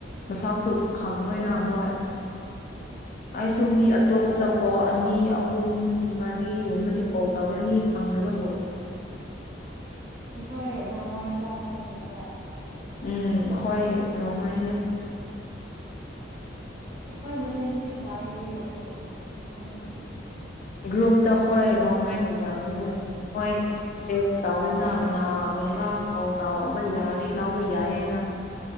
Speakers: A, on the left; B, on the right.
A: ꯃꯁꯥꯛꯁꯨ ꯈꯪꯉꯣꯏꯅ ꯑꯃꯣꯏ ꯑꯩ ꯁꯃꯤ ꯑꯇꯣꯞꯄꯗ ꯀꯣꯜ ꯑꯅꯤ ꯑꯍꯨꯝ ꯃꯔꯤꯒꯨꯝꯕꯗꯤ ꯀꯣꯜ ꯇꯧꯋꯦ ꯃꯤ ꯈꯪꯅꯕꯕꯨ
B: ꯑꯩꯈꯣꯏ ꯔꯣꯡꯃꯥꯏꯔꯥ ꯅꯠꯇ꯭ꯔꯒ
A: ꯎꯝ ꯍꯣꯏ ꯔꯣꯡꯃꯥꯏꯅꯦ
B: ꯑꯩꯈꯣꯏ ꯃꯁꯦꯟꯗꯗꯤ ꯀꯥꯏꯗꯦ ꯑꯗꯣ ꯃꯤꯉꯣꯟꯗꯗꯤ
A: ꯒ꯭ꯔꯨꯞꯇ ꯍꯣꯏ ꯔꯣꯡꯃꯥꯏꯅ ꯌꯥꯝꯃꯦ ꯃꯣꯏ ꯇꯦꯛꯁ ꯇꯧꯋꯅ ꯀꯅꯥꯒꯨꯝꯕ ꯀꯣꯜ ꯇꯧꯕ ꯌꯥꯔꯗꯤ ꯇꯥꯎꯕ ꯌꯥꯏꯌꯦꯅ